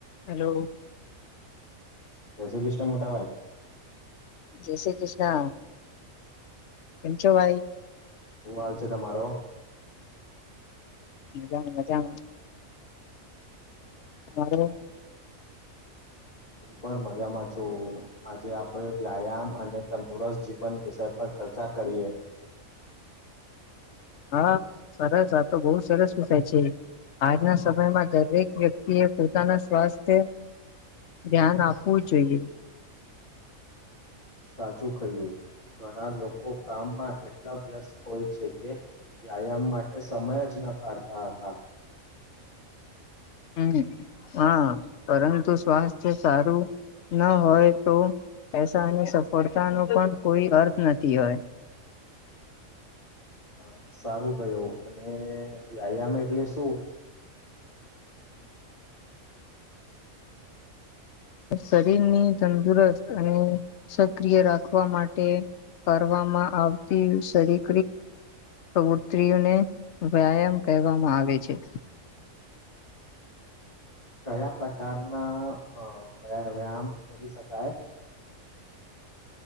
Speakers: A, on the left; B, on the left.
A: Hello.
B: પસે બીસ, મોટા ભાઈ.
A: જય શ્રી કૃષ્ણ, પંચો ભાઈ.
B: શું હાલ છે, તમારો?
A: મજામાં મજામાં. હરો
B: હું, પણ મજામાં છું, આજે આપડે વ્યાયામ અને તંદુરસ્ત જીવન વિષય પર ચર્ચા કરીએ.
A: હા સરસ આ તો બહુ સરસ વિષય છે. આજના સમયમાં દરેક વ્યક્તિ એ પોતાના સ્વાસ્થ્ય ધ્યાન આપવું જ જોઈએ.
B: સાચું કહું, ઘણા લોકો કામમાં એટલા વ્યસ્ત હોય છે કે વ્યાયામ માટે સમય જ ન કાઢતા હતા.
A: હમ, હા પરંતુ સ્વાસ્થ્ય સારું ના હોય તો પૈસા અને સફળતા નો પણ કોઈ અર્થ નથી હોય.
B: હા સારું કયો અને વ્યાયામ એટલે શું?
A: શરીરની તંદુરસ્ત અને સક્રિય રાખવા માટે કરવામાં આવતી શારી પ્રવૃતિઓને વ્યાયામ કહેવામાં આવે છે.
B: કયા પ્રકારના વ વ્યાયામ કરી શકાય?